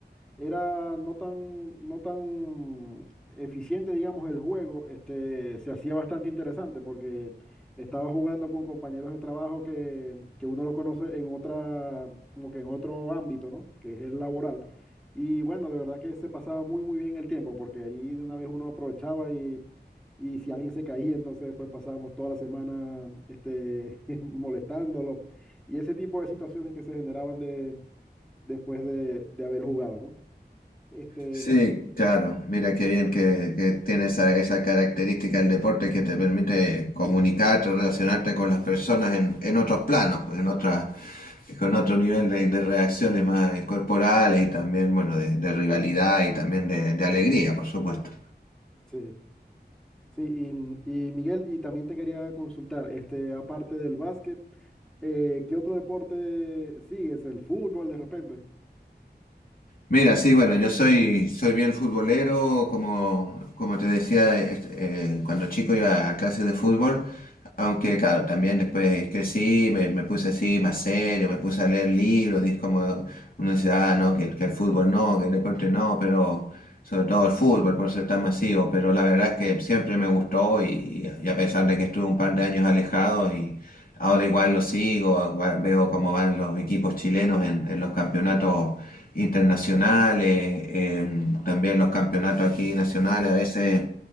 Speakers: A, in the centre; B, on the left.
A: era no tan, no tan eficiente, digamos, el juego, este, se hacía bastante interesante porque estaba jugando con compañeros de trabajo que, que uno los conoce en otra, como que en otro ámbito, ¿no? Que es el laboral. Y bueno, de verdad que se pasaba muy, muy bien el tiempo porque ahí de una vez uno aprovechaba y, y si alguien se caía, entonces después pasábamos toda la semana, este, <laughs> molestándolo y ese tipo de situaciones que se generaban de, después de, de haber jugado, ¿no? Este,
B: Sí,
A: mm,
B: claro. Mira qué bien que, que tiene esa, esa característica el deporte que te permite comunicarte, relacionarte con las personas en, en otros planos, pues, en otra, con otro nivel de, de reacciones más corporales y también, bueno, de, de rivalidad y también de, de alegría, por supuesto.
A: sí, sí, y, mm, y Miguel, y también te quería consultar, este, aparte del básquet, eh, ¿qué otro deporte sigues? ¿El fútbol de repente?
B: Mira, sí, bueno, yo soy, soy bien futbolero, como, como te decía, est- eh, cuando chico iba a clases de fútbol, aunque claro, también después crecí, me, me puse así más serio, me puse a leer libros, di- como uno dice, ah, no, que, que el fútbol no, que el deporte no, pero sobre todo el fútbol por ser tan masivo, pero la verdad es que siempre me gustó y, y a pesar de que estuve un par de años alejado y ahora igual lo sigo, igual veo cómo van los equipos chilenos en en los campeonatos internacionales, em, también los campeonatos aquí nacionales. A veces